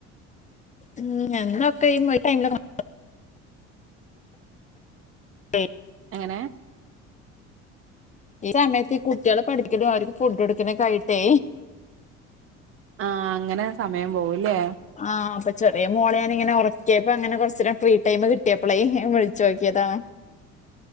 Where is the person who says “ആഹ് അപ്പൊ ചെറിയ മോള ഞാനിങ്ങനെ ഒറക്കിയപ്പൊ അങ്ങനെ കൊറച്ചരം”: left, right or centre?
Left